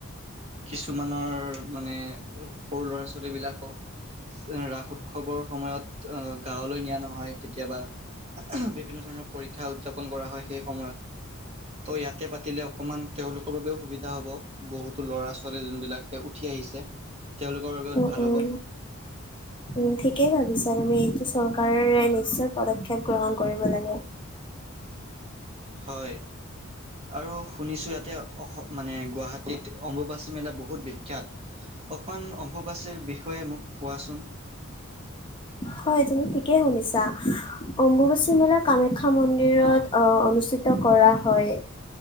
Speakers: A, on the right; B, on the left.
A: কিছুমানৰ মানে সৰু ল'ৰা ছোৱালীবিলাকক ৰাস উৎসৱৰ সময়ত গাঁৱলৈ নিয়া নহয় কেতিয়াবা বিভিন্ন ধৰণৰ পৰীক্ষা উদযাপন কৰা হয় সেই সময়ত ত' ইয়াতে পাতিলে অকণমান, তেওঁলোকৰ বাবেও সুবিধা হ'ব বহুতো ল'ৰা ছোৱালী যোনবিলাকে উঠি আহিছে, তেওঁলোকৰ বাবে
B: উম
A: ভাল
B: উম
A: হ'ব
B: উম! ঠিকেই ভাবিছা তুমি এইটো চৰকাৰ। নিশ্চয় পদক্ষেপ গ্ৰহণ কৰিব লাগে।
A: হয় আৰু শুনিছো ইয়াতে অঁ মানে গুৱাহাটীত অম্বুবাচী মেলা বহুত বিখ্যাত অকমান অম্বুবাচীৰ বিষয়ে মোক কোৱাচোন?
B: হয় তুমি ঠিকে শুনিছা, অম্বুবাচী মেলা কামাখ্যা মন্দিৰত অঁ, অনুষ্ঠিত কৰা হয়